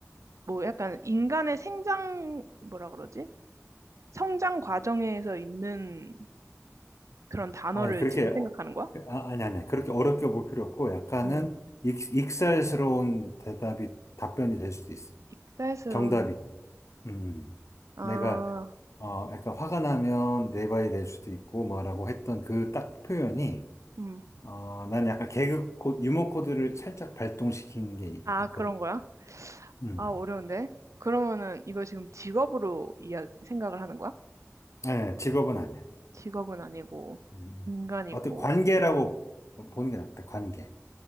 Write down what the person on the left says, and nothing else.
아니, 그렇게,
어,
아, 아니, 아니, 그렇게 어렵게 볼 필요 없고, 약간은
익, 익살스러운 대답이, 답변이 될 수도 있어.
정답이. 음. 음.
내가 어 약간 화가 나면 내 바이 될 수도 있고 뭐라고 했던 그 딱 표현이
어 난 약간 개그 코 유머 코드를 살짝 발동시키는 게 있-
있거든.
음.
네, 직업은 아니야.
음.
어떤 관계라고 보- 보는 게 낫겠다. 관계.